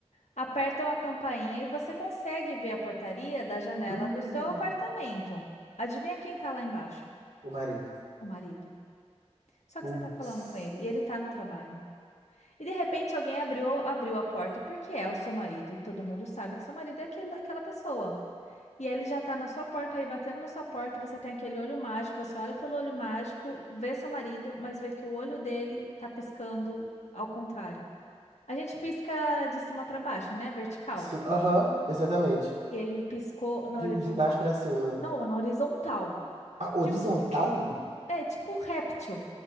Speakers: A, on the left; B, on the right.
A: apertam a campainha e você consegue ver a portaria da janela
B: Hum,
A: do seu apartamento. Adivinha quem tá lá embaixo?
B: o marido.
A: O marido. Só
B: Putz.
A: que você tá falando com ele e ele tá no trabalho. E de repente alguém abriu, abriu a porta porque é o seu marido e todo mundo sabe que seu marido é aquele, aquela pessoa. E ele já tá na sua porta aí, batendo na sua porta, você tem aquele olho mágico, você olha pelo olho mágico, vê seu marido, mas vê que o olho dele tá piscando ao contrário. A gente pisca de cima para baixo, né? Vertical.
B: Su- Aham, exatamente.
A: Ele piscou na
B: De,
A: horizontal.
B: de baixo pra cima.
A: Não, na horizontal.
B: Ah, horizontal?
A: Tipo, é tipo um réptil.